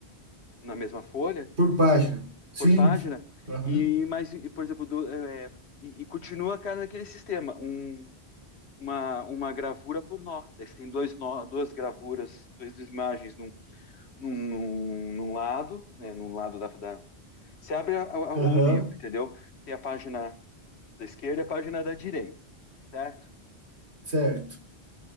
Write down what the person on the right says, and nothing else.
Por página.
Sim.
Aham.
Aham.
Certo.